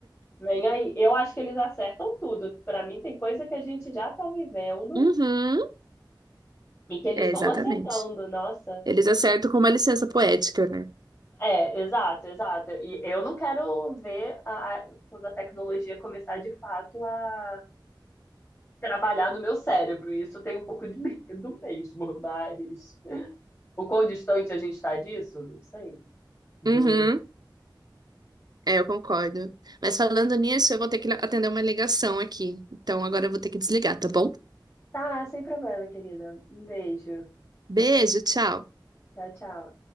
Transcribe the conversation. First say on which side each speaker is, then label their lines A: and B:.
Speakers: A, on the left; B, on the right.
A: Vem aí. Eu acho que eles acertam tudo. Pra mim, tem coisa que a gente já tá vivendo
B: Uhum.
A: e que eles
B: É,
A: vão
B: exatamente.
A: acertando. Nossa.
B: Eles acertam com uma licença poética, né?
A: É, exato, exato. E eu não quero ver a- a- quando a tecnologia começar de fato a trabalhar no meu cérebro. Isso eu tenho um pouco de <laughs> medo mesmo, mas o quão distante a gente tá disso? Não sei, juro.
B: Uhum. É, eu concordo. Mas falando nisso, eu vou ter que atender uma ligação aqui. Então agora eu vou ter que desligar, tá bom?
A: Tá, sem problema, querida. Um beijo.
B: Beijo, tchau.
A: Tchau, tchau.